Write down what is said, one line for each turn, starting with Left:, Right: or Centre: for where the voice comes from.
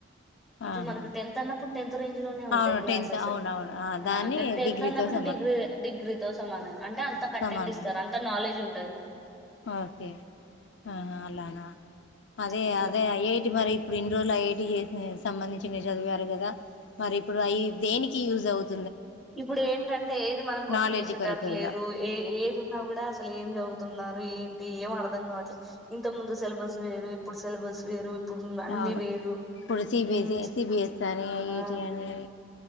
Centre: ఇప్పుడు
Left: ఆహా
Centre: మనకు టెన్త్ అన్నప్పుడు టెన్త్ రేంజ్ లోనే ఉంటాయి
Left: అవును
Centre: క్లాసెస్
Left: టెన్త్ అవునవును
Centre: ఆ
Left: దాన్ని
Centre: టెన్త్
Left: డిగ్రీతో
Centre: ఎల్తాన్నప్పుడు
Left: సమానం
Centre: డిగ్ డిగ్రీతోో సమనం అంటే అంత కంటెంట్
Left: సమానం
Centre: ఇస్తారు అంత నాలెడ్జ్ ట్లూండది
Left: ఓకే, ఆహా అలానా. అదే
Centre: అట్లా
Left: అదే ఐ ఐ టి మరి ఇప్పుడు ఇన్ని రోజులు ఐ ఐ టి చేస్ ఉమ్ సంబంధించినవి చదివారు కదా, మరి ఇప్పుడు అయి దేనికి యూజ్ అవుత్
Centre: ఇప్పుడు ఏంటంటే ఏది మనం క్వశ్చన్
Left: నాలెడ్జ్
Centre: ఏసేటట్లేదు,
Left: కొరకు ఇగ
Centre: ఏ ఏది ఉన్నా కూడా అసలు ఏం చదువుతున్నార్. ఏంటి ఏం అర్ధం కావట్లే ఇంత ముందు సిలబస్ వేరు ఇప్పుడు సిలబస్ వేరు ఇప్పుడు అన్ని
Left: అవును
Centre: వేరు
Left: ఇప్పుడు సిబిసి
Centre: ఉమ్,
Left: సిబిఎస్ అని ఐఐటి
Centre: ఆ
Left: అని